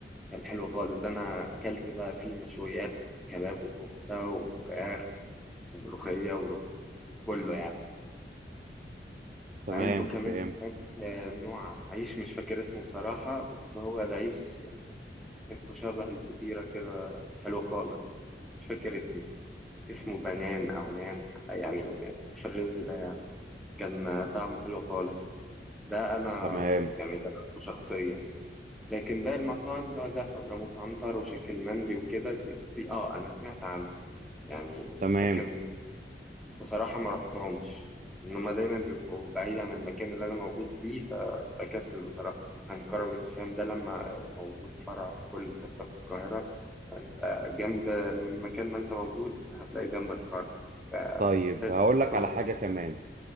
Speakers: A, in the centre; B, on the right.
A: كان حلو خالص ده انا اكلت بقى فيه مشويات كباب وكفته وفراخ وملوخيه ورز كله يعني وعنده
B: تمام
A: كمان
B: فهمت
A: هناك آه، نوع عيش مش فاكر اسمه بصراحه بس هو العيش اسمه شبه الفطيرة كده حلو خالص مش فاكر اسمه اسمه بنان أو نان يعني في الرينج ده يعني. كان طعمه حلو خالص ده أنا
B: تمام
A: يعني جربته شخصيا لكن باقي المطاعم اللي هو زي حضرموت عنتر وشكل مندي وكده دي, دي اه أنا سمعت عنه يعني
B: تمام
A: لكن بصراحة ما رحتهمش إن هما دايما بيبقوا بعيد عن المكان اللي أنا موجود فيه فبكسل بصراحة عن كرم الشام ده لما موجود فرع في كل حتة في القاهرة فأنت جنب مكان ما أنت موجود هتلاقي جنبك فرع فبكسل
B: طيب هقول
A: بتروح
B: لك على حاجة كمان